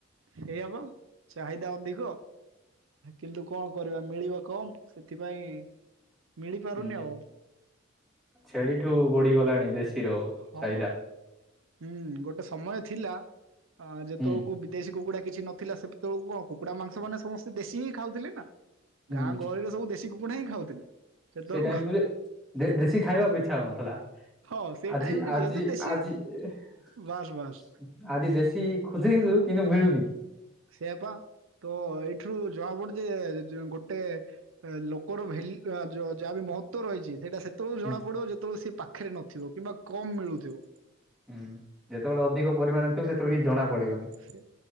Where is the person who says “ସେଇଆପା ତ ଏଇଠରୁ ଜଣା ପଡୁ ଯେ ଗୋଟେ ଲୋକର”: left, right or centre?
Right